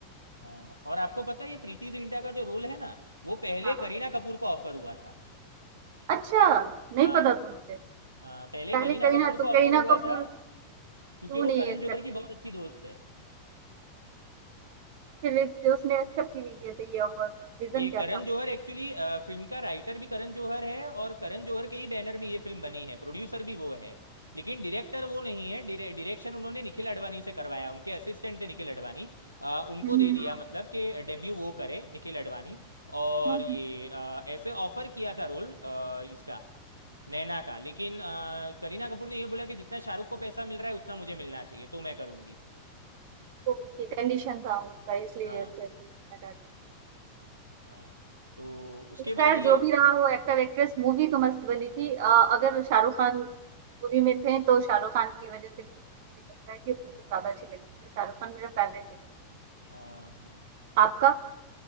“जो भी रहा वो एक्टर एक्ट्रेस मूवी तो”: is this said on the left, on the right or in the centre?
Right